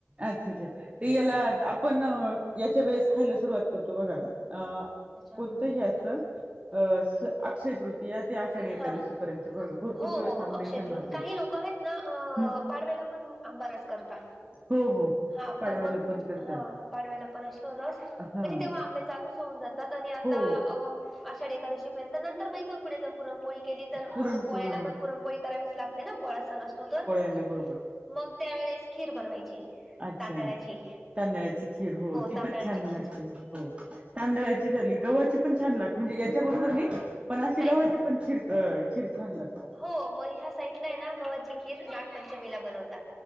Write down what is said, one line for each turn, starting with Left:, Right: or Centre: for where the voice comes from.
Right: अच्छा अच्छा ते याला
Centre: हा
Right: आपण याच्या वेळेस खायला सुरुवात करतो बघा अ
Centre: त्याच्यामुळे
Right: कोणतं हे असतं
Centre: काय
Right: अ अक्षय तृतीया ते आषाढी एकादशी
Centre: हा
Right: पर्यंत भरपूर
Centre: हो
Right: दिवस
Centre: हो
Right: आंबे
Centre: अक्षय
Right: खान
Centre: तृ
Right: होतं
Centre: काही लोक आहेत ना
Right: हम्म
Centre: पाडव्याला पण आंबारस करता
Right: हो हो
Centre: हा
Right: पाडव्याला
Centre: पण मग
Right: करता
Centre: हा पाडव्याला पण असतो रस
Right: हा
Centre: म्हणजे तेव्हा आंबे चालूच होऊन जा आणि आता
Right: हो
Centre: आषाढी एकादशी पर्यंत म इथून पुढे जर पुरणपोळी केली तर म्हणजे
Right: पुरणपोळी
Centre: पोळ्याला
Right: मग
Centre: पण पुरणपोळी करावीच लागते ना पोळा सण असतो तर
Right: आपल्या बरोबर
Centre: मग त्यावेेळेस खीर बनवायची
Right: अच्छा
Centre: तांदळाची
Right: तांदळाची खीर हो ती
Centre: तांदळाची
Right: पण छान लागते
Centre: खीर
Right: हो तांदळा चि झाली गव्हाची पण छान लाग म्हणजे याच्याबरोबर नाही पण अशी
Centre: नाही
Right: गव्हाची पण खीर अ खीर छान लागते
Centre: हो म ह्या साईडला आहे ना गव्हाची खीर नाग पंचमीला बनवता